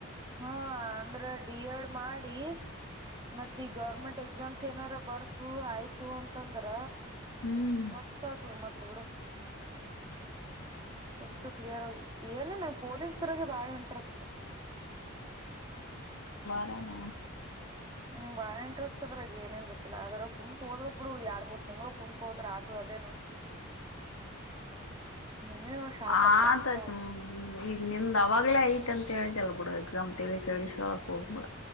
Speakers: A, on the right (about 20°); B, on the left (about 80°).
A: ಹಾ ಅಂದ್ರ ಡಿ ಎಡ್ ಮಾಡಿ ಮತೆ ಈಗ ಗೌರ್ಮೆಂಟ್ ಎಕ್ಸಾಮ್ಸ್ ಏನಾರ ಬರ್ದು ಆಯ್ತು ಅಂತಂದ್ರ.
B: ಹ್ಮ್
A: ಮಸ್ತ ಅದು ಮಾ ಬಿಡು ಕುಂತು ಕ್ಲಿಯರ್ ಏನ ನ ಪೊಲೀಸ್ ದ್ರಗೆ ಬಾಳ ಇಂಟ್ರೆಸ್ಟ್
B: ಹಾ
A: ನಿ ಬಾಳ ಇಂಟ್ರೆಸ್ಟ್ ಅದ್ರಾಗ ಏನೇನ್ ಗೊತ್ತಿಲ್ಲ ಅದ್ರಾಗ ಕುಂತತ್ ಹೋದೋಗ್ ಬಿಡು, ಎರಡ್ ಮೂರ್ ತಿಂಗಳ ಕುಂತ್ ಹೋದ್ರೆ ಆಯ್ತು ಅದೇನು? ಮುಂದಿನ ವರ್ಷ ಹಾಕಂ
B: ಆತಾಹಯ್ತು
A: ಪಕ್ಕ ಹಾಕ್ತೀನಿ
B: ಈಗ ನಿಂದ ಅವಾಗ್ಲೇ ಐತ್ ಅಂತ ಹೇಳಿದಲ್ಲ ಬಿಡು ಎಕ್ಸಾಮ್ ತಲಿ ಕೇಳಿಸಿಕೋಳೋಕೆ ಹೋಗಬೇಡ.